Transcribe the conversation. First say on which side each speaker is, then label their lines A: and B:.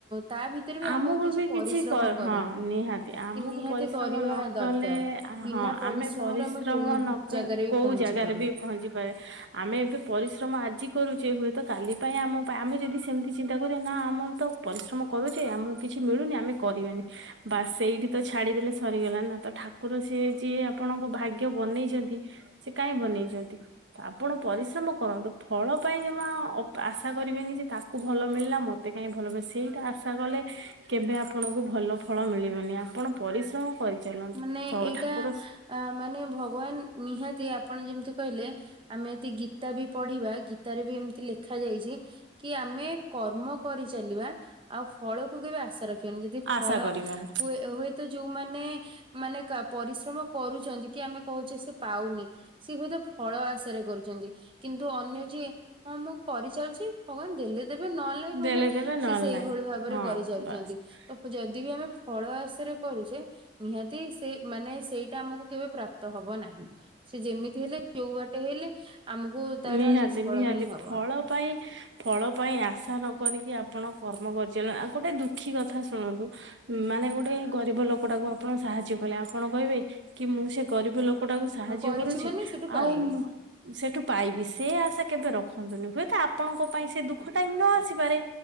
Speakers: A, on the right; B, on the right.
A: ତା ଭିତରେ ବି
B: ଆମକୁ ବି
A: ପରିଶ୍ରମ
B: କିଛି
A: କରେ
B: ହଁ ନିହାତି ଆମକୁ
A: କି ନିହାତି
B: ପରିଶ୍ରମ
A: କରିବା
B: ନ
A: ଦରକାର।
B: କଲେ
A: ବିନା
B: ହଁ
A: ପରିଶ୍ରମରେ
B: ଆମେ ପରିଶ୍ରମ
A: ଆମେ କୋଉ
B: ନକ
A: ଜାଗାରେ ବି
B: କୋଉ
A: ପହଞ୍ଚି
B: ଜାଗାରେ
A: ପାରିବା।
B: ବି ପହଞ୍ଚିପାରେ ଆମେ ଏବେ ପରିଶ୍ରମ ଆଜି କରୁଛେ ହୁଏତ କାଲି ପାଇଁ ଆମ ପାଇଁ ଆମେ ଯଦି ସେମିତି ଚିନ୍ତା କରିବା ନା ଆମେ ତ ପରିଶ୍ରମ କରୁଛେ ଆମକୁ କିଛି ମିଳୁନି ଆମେ କରିବାନି ବା ସେଇଠି ତ ଛାଡିଦେଲେ ସରିଗଲା ନା ତ ଠାକୁର ସେ ଯିଏ ଆପଣଙ୍କ ଭାଗ୍ୟ ବନେଇଛନ୍ତି ସେ କାହିଁ ବନେଇଛନ୍ତି ଆପଣ ପରିଶ୍ରମ କର ରୁ ଫଳ ପାଇଁ ଜମା ଆଶା କରିବେନି ଯେ ତାକୁ ଭଲ ମିଳିଲା ମତେ କାଇହିଁ ଭଲ ମିଳ ସେଇଟା ଆଶା କଲେ କେବେ ଆପଣଙ୍କୁ ଭଲ ଫଳ ମିଳିବନି ଆପଣ ପରିଶ୍ରମ କରିଚାଲନ୍ତୁ।
A: ମାନେ
B: ସ
A: ଏଇଟା
B: ଠାକୁର
A: ମାନେ ଭଗବାନ ନିହାତି ଆପଣ ଯେମିତି କହିଲେ ଆମେ ଯଦି ଗୀତା ବି ପଢିବା ଗୀତାରେ ବି ଏମତି ଲେଖା ଯାଇଛି କି ଆମେ କର୍ମ କରିଚାଲିବା ଆଉ ଫଳକୁ କେବେ ଆଶା ରଖିବନି ଯଦି
B: ଆଶା
A: ଫଳ
B: କରିବେନି
A: ହୁ ହୁଏତ ଯୋଉ ମାନେ ମାନେ ପରିଶ୍ରମ କରୁଛନ୍ତି କି ଆମେ କହୁଛେ ସେ ପାଉନି। ସେ ହୁଏତ ଫଳ ଆଶାରେ କରୁଛନ୍ତି କିନ୍ତୁ ଅନ୍ୟ ଯିଏ ହଁ ମୁଁ କରିଚାଲିଛି ଭଗବାନ ଦେଲେ ଦେବେ ନହେଲେ ମାନେ
B: ଦେଲେ ଦେବେ ନହେଲେ
A: ସେ ସେଇଭଳି
B: ନାହିଁ
A: ଭାବରେ
B: ହଁ
A: କରିଚାଲିଛନ୍ତି
B: ବାସ୍
A: ତ ଯଦି ବି ଆମେ ଫଳ ଆଶା କରୁଛେ ନିହାତି ସେ ମାନେ ସେଇଟା ଆମକୁ କେବେ ପ୍ରାପ୍ତ ହବ ନାହିଁ ସେ ଯେମିତି ହେଲେ ଯୋଉ ବାଟେ ହେଲେ ଆମକୁ ତାର
B: ନିହାତି
A: ନିଷ୍ଫଳ
B: ନିହାତି
A: ହିଁ ହବ।
B: ଫଳ ପାଇଁ ଫଳ ପାଇଁ ଆଶା ନକରିକୀ ଆପଣ କର୍ମ କରିଚ ଆଉ ଗୋଟେ ଦୁଃଖୀ କଥା ଶୁଣନ୍ତୁ। ମାନେ ଗୋଟେ ଗରିବ ଲୋକଟାକୁ ଆପଣ ସାହାଯ୍ୟ କଲେ ଆପଣ କହିବେ କି ମୁଁ ସେ ଗରିବ ଲୋକ କଟାକୁ ସାହାଯ୍ୟ
A: ମୁଁ କରିଛି
B: କରୁଛି
A: ମାନେ ସେଠୁ ପାଇବି।
B: ଆଉ ସେଠୁ ପାଇବି ସେ ଆଶା କେବେ ରଖନ୍ତୁନି ହୁଏତ ଆପଣଙ୍କ ପାଇଁ ସେ ଦୁଃଖ ଟା ହିଁ ନ ଆସିପାରେ